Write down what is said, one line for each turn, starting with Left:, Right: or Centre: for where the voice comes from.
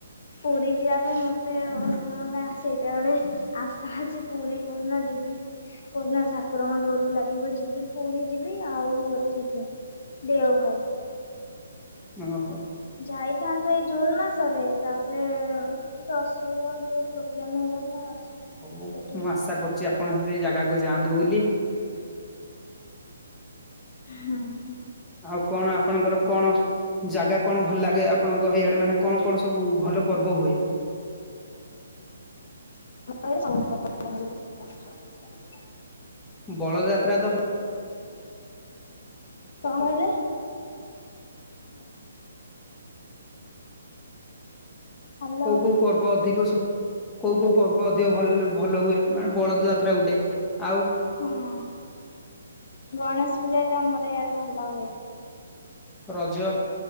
Left: ପୁରୀ ଯିବା ପାଇଁ ମୋତେ <unintelligible> ସେଇଟା ଗୋଟେ ଆଶା ଅଛି ପୁରୀ କଉଦିନ ଯିବି। କଉନା ଝାକୁରଙ୍କ ଡୋରି ଲାଗିବ ଯିବି ପୁରୀ ଯିବି ଆଉ ଏଠିକି ଦେଓଘର।
Centre: ଓଃ
Left: ଯାଇଥାନ୍ତୁ ଏଇ ଜୁନ ମାସରେ ତାପରେ ଟିକେ ଅସୁବିଧା ଆଉ ଟିକେ ପ୍ରୋବ୍ଲେମ ହେଇଗଲା ହେଇଗଲା
Centre: ହଉ
Left: ସେଠୁ
Centre: ମୁଁ ଆଶା କରୁଚି ଆପଣ ହେଇ ଜାଗାକୁ ଯାଆନ୍ତୁ ବୋଲି।
Left: ହୁଁ।
Centre: ଆଉ କଣ ଆପଣଙ୍କର କଣ ଜାଗା କଣ ଭଲ ଲାଗେ ଆପଣଙ୍କ ହିଆଡେ ମାନେ କଣ କଣ ସବୁ ଭଲ ପର୍ବ ହୁଏ?
Left: <inaudible> ଧସ
Centre: ବଳଯାତ୍ରା ତ
Left: କଁ କହିଲେ? <inaudible> ହ୍ୟାଲୋ
Centre: କୋଉ କୋଉ ପର୍ବ ଅଧିକ ସୋ କୋଉ କୋଉ ପର୍ବ ଅଧିକ ଭଲ ଭଲ ହୁଏ ମାନେ ବଳଦ ଯାତ୍ରା ଗୋଟେ ଆଉ
Left: ହଁ ଗଣେଶ ପୂଜା ବି ଆମର ଇଆଡେ ଭଲ ହୁଏ।
Centre: ରଜ